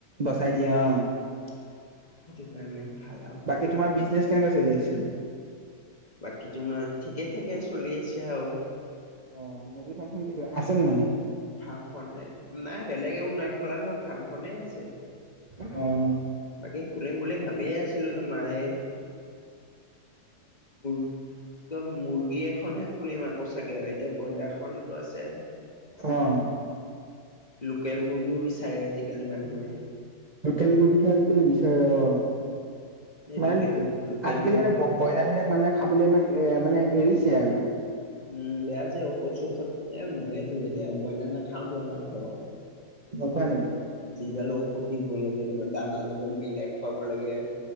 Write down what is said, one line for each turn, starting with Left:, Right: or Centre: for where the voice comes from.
Right: বচাই দিয়ে অ
Left: সেইটো কাৰণে ভাল আৰু।
Right: এই, তোমাৰ বিজনেছ কেনেকা চলি আছে?
Left: বাকী তোমাৰ, ঠিকে-ঠাকে চলি আছে আৰু।
Right: অ'! মুৰ্গী ফাৰ্ম খন আছে, নাই?
Left: ফাৰ্মখনে, নাই বেলেগ একো, নাই খোলা নহয়, ফাৰ্মখনে আছে।
Right: অ'!
Left: বাকী, খুলিম বুলি ভাবিয়ে আছিলোঁ! তোমাৰ এই, <unintelligible> কি কয়, মুৰ্গী এখনহে খুলিম আকৌ, চাগে। এতিয়া, ব্ৰইলাৰ খনোঁ আছে।
Right: অ'!
Left: লোকেল মুৰ্গীও বিচাৰে, আজিকালি মানুহে।
Right: লোকেল মুৰ্গীটো, আজিকালি বিচাৰে। অ'!
Left: এই
Right: মানে,
Left: লোকেল লোকেল
Right: আজিকালি
Left: মুৰ্গী
Right: মানে, ব্ৰইলাৰ বিলাক মানুহে খাবলৈ মানে, এ, মানে, এৰিছে আৰু।
Left: উম, বেয়া যে! ঔষধ- চৌষধ, মইয়েতো এতিয়া, ব্ৰইলাৰ নাখাওঁতো, আমাৰ ঘৰত।
Right: নোখোৱো নেকি?
Left: যিগাল ঔষধ দিব লাগে তোমাৰ, দানা লগত মিলাই খুৱাব লাগে।